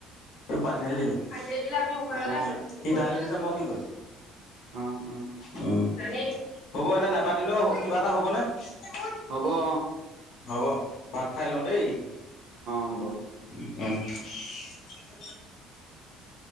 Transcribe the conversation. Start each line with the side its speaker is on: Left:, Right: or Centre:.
Left: ই পান হেল দিলি আ <unintelligible> নিান
Right: অ',
Left: আছ <unintelligible> মই কি কৰিম
Right: অ', অ',
Left: স' উম হ'ব তে নাপাতিলেও, কিবা এ হ'বনে? <inaudible>
Right: হ'ব অঁ।
Left: হব। ভাত খাই লওঁ দেই
Right: অ ব <unintelligible>
Left: উম <unintelligible> উম <inaudible>